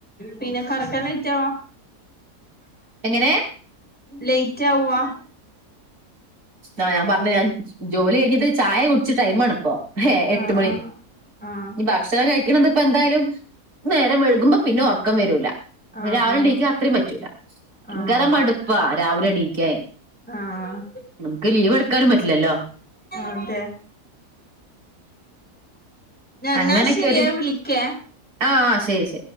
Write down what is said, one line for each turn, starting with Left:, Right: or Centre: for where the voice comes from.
Centre: പിന്നെ കെടക്കാൻ ലേറ്റവോ?
Right: എങ്ങനെ?
Centre: ലേറ്റ്യാവാ?
Right: ആഹ് ഞാൻ പറഞ്ഞ ഞാൻ ജോലി കഴിഞ്ഞിട്ട് ചായ കുടിച്ച ടൈമാണിപ്പോ. ഹേ എട്ട്
Centre: ആഹ്
Right: മണി
Centre: ആഹ് ആഹ്
Right: ഇനി ഭക്ഷണ കൈ ന്ന്പ്പെന്തായാലും നേരം വൈകുമ്പോ പിന്ന ഒർക്കം വരൂല.
Centre: ആഹ്
Right: രാവിലെ
Centre: ആഹ്
Right: ണീക്കാൻ അത്രയും പറ്റൂല ഭയങ്കര
Centre: ആഹ്
Right: മടുപ്പാ രാവിലെ എണീക്കാൻ.
Centre: ആഹ്
Right: നമുക്ക് ലീവ് എടുക്കാനും പറ്റില്ലല്ലോ
Centre: അതേ. എന്നാ
Right: അങ്ങനെയൊക്കെ
Centre: ശെരി
Right: ഒരു
Centre: ഏ വിളിക്കെ.
Right: ആ ശരി ശരി